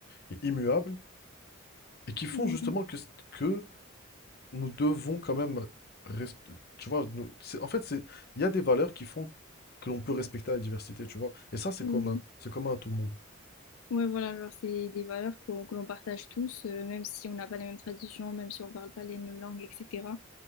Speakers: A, on the left; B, on the left.
A: et et immuables et qui font
B: Ouais,
A: justement que, c- que nous devons quand même, resp- tu vois, nous- c'est, en fait, c'est, il y a des valeurs qui font que l'on peut respecter la diversité, tu vois. Et ça, c'est
B: Oui.
A: commun, c'est commun à tout le monde.
B: Ouais, voilà, genre c'est des valeurs qu'on que l'on partage tous, euh, même si on n'a pas les mêmes traditions, même si on parle pas les mêmes langues, etc.